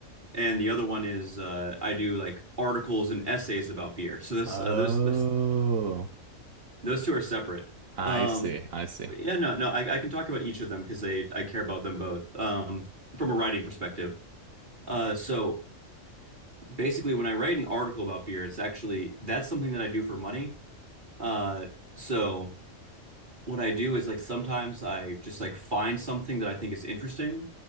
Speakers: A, on the right; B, on the right.
A: and the other one is uh, I do like articles and essays about beer. So this,
B: Oh,
A: uh, those this, those two are separate.
B: I
A: Um,
B: see. I see.
A: but yeah, no, no, I, I can talk about each of them because they I care about them both um, from a writing perspective. Uh, so basically, when I write an article about beer, it's actually that's something that I do for money. Uh, so. what I do is like sometimes I just like find something that I think is interesting.